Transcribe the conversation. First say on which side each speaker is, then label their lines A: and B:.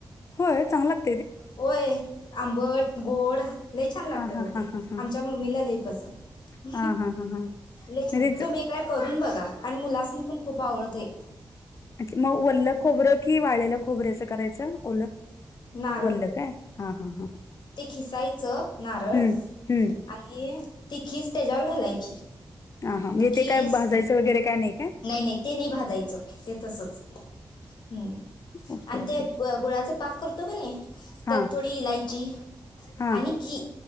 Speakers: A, on the left; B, on the left.
A: होय चांगला लाग
B: होय आंबट, गोड लई छान लागतेय
A: हा हा
B: ओ
A: हा
B: ते.
A: हा हा
B: आमच्या मम्मीला लय पसत
A: हा हा हा हा
B: लय
A: म्हणजेच
B: छान तुम्ही करून बघा आणि मुलासनी पण खूप आवडतय.
A: अ् मग वल्लं खोबरं कि वाळेला खोबरं असं करायचं ओलं
B: ळ
A: वल्ल काय हा हा हा
B: ते खिसायच नारळ
A: हम्म हम्म
B: आणि ती खीस त्याच्यावर घालायची.
A: ह ह हा म
B: खीस
A: थे काय भाजायचं वगैरे काय नाही काय?
B: नाही ते नाही भाजायचं ते तसच हम्म
A: ओके
B: आणि
A: ओके
B: त्या गु गुळाचा पाक करतो कनी
A: हा
B: त्यात थोडी इलायची
A: हा
B: आणि घी